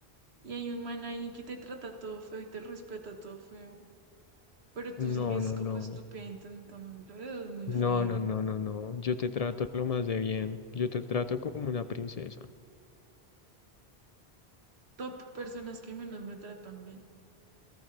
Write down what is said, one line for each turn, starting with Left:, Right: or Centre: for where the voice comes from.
Right: Y hay un man ahí que te trata todo feo y te respeta todo feo. pero tú
Left: No,
Right: sigues
Left: no,
Right: como
Left: no.
Right: estúpida intentándolo. Eso Es muy feo.
Left: No, no, no, no, no. Yo te trato lo más de bien. Yo te trato como una princesa.
Right: Top personas que menos me tratan bien.